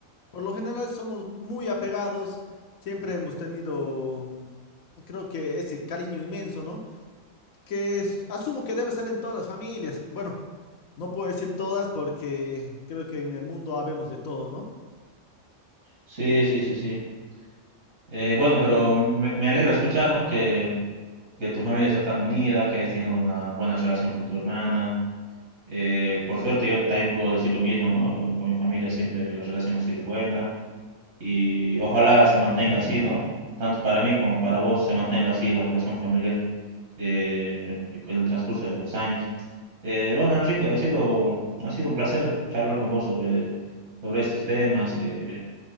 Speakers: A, on the left; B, on the right.
A: por lo general somos muy apegados. Siempre hemos tenido, creo que ese cariño inmenso, ¿no? Que es- asumo que debe ser en todas las familias. Bueno, no puedo decir todas porque creo que en el mundo habemos de todo, ¿no?
B: Sí, sí, sí, sí. Eh, bueno, pero me, me alegra escuchar, ¿no? Que, que tu familia sea tan unida, que hayas tenido una buena relación con tu hermana. Eh, por suerte yo también puedo decir lo mismo, ¿no? Con, con mi familia siempre la relación ha sido buena y ojalá se mantenga así, ¿no? Tanto para mí como para vos se mantenga así la relación familiar eh, en el transcurso de los años. Eh, bueno, Enrique, ha sido, ha sido un placer charlar con vos sobre, sobre estos temas. eh,